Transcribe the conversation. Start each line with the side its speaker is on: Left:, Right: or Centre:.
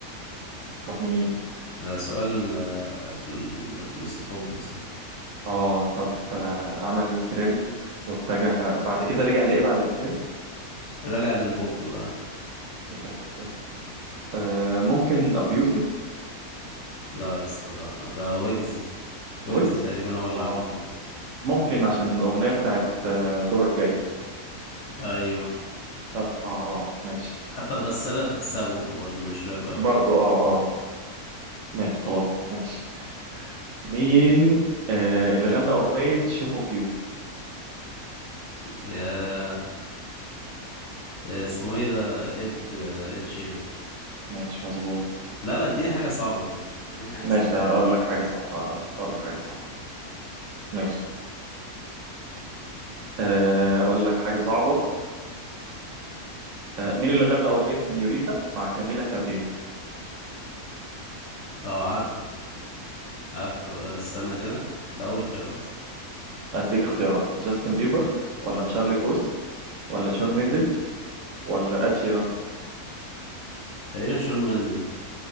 Right: طب مين
Left: ده سؤال آه، في ال... في الاستخبص ده
Right: اه طب آه، عمل دريل واتجه بعد كده رجع لايه بعد الدريل
Left: رجع للبوب بقى
Right: رجع للبوب آه ممكن ابو يوسف
Left: لا يا اسطى ده ده ويجز ويجز
Right: ويجز
Left: تقريبا هو اللي
Right: اه
Left: عمل كده
Right: ممكن عشان الاغنيه بتاعت آه، دورك جاي
Left: ايوه
Right: اه اه آه، ماشي
Left: حتى الغسالة تحسها بوب برضه مش راب قوي
Right: برضو اه اه ماشي خلاص ماشي مين آه اللي غنى اغنيه شيب اوف يو
Left: يا اسمه ايه ده اد اد شيران
Right: ماشي مظبوط
Left: لا لا اديني حاجة صعبة كده اديني حاجة
Right: ماشي
Left: صعبة
Right: هقول لك حاجه صعبه اقول لك حاجه صعبه ماشي آه، اقول لك حاجه صعبه آه، مين اللي غنى أغنية سينيوريتا مع كاميلا كابيو؟
Left: اه عارفه عارفه آه، استنى كده لا اول خيارات
Right: أديك اختيارات جاستن بيبر
Left: آه.
Right: ولا تشارلي بوث ولا شون مينديز ولا إد شيران
Left: تقريبا شون مندز